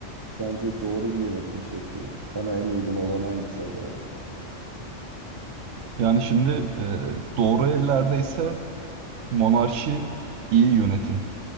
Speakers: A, on the right; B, on the right.
A: Sence doğru bir yönetim şekli mi? Sana en uygun olan hangisi acaba?
B: Yani şimdi e, doğru ellerde ise monarşi iyi yönetim.